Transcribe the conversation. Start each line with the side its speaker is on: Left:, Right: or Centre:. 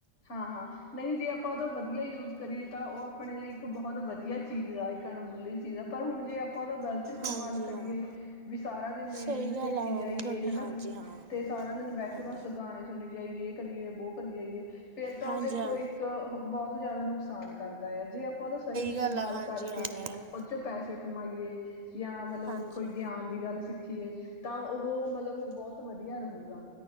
Left: ਹਾਂ -ਹਾਂ ਨਹੀਂ ਜੇ ਆਪਾਂ ਉਹਦਾ ਵਧੀਆ ਯੂਜ ਕਰੀਏ ਤਾਂ ਉਹ ਆਪਣੇ ਲਈ ਇੱਕ ਬਹੁਤ ਵਧੀਆ ਚੀਜ਼ ਆ। ਅਣਮੁੱਲੀ ਚੀਜ਼ ਆ ਪਰ ਹੁਣ ਜੇ ਆਪਾਂ ਉਹਦਾ ਗਲਤ ਗ਼ਲਤ ਇਸਤੇਮਾਲ
Right: ਹਾਂਜੀ
Left: ਕਰੀਏ
Right: ਹਾਂ
Left: ਵੀ ਸਾਰਾ ਦਿਨ ਰੀਲਜ਼
Right: ਸਹੀ ਗੱਲ
Left: ਦੇਖੀ
Right: ਆ ਮੈਡਮ
Left: ਜਾਈਏ
Right: ਤੁਹਾਡੀ
Left: ਹਨਾ।
Right: ਹਾਂਜੀ ਹਾਂ
Left: ਤੇ ਸਾਰਾ ਦਿਨ ਬਹਿ ਕੇ
Right: ਹਾਂਜੀ
Left: ਬਸ ਗਾਣੇ ਸੁਣੀ ਜਾਈਏ ਕਦੇ ਕਰੀਏ ਬੋ ਕਰੀ ਜਾਈਏ ਫਿਰ ਤਾਂ
Right: ਹਾਂਜੀ
Left: ਉਹ ਦੇਖੋ
Right: ਹਾਂ
Left: ਇੱਕ ਬਹੁਤ ਜ਼ਿਆਦਾ ਨੁਕਸਾਨ ਕਰਦਾ ਯ ਜੇ ਆਪਾਂ ਉਹਦਾ ਸਹੀ ਇਸਤੇਮਾਲ
Right: ਗੱਲ ਆ ਹਾਂਜੀ
Left: ਕਰਕੇ
Right: ਹਾਂ ਮੈਡਮ
Left: ਉਹਦੇ ਚੋਂ ਪੈਸੇ ਕਮਾਈਏ। ਜਾਂ ਮਤਲੱਬ
Right: ਹਾਂਜੀ
Left: ਕੋਈ ਗਿਆਨ ਦੀ ਗੱਲ ਸਿੱਖੀਏ ਤਾਂ ਉਹ ਮਤਲੱਬ ਬਹੁਤ ਵਧੀਆ ਰਹੂਗਾ।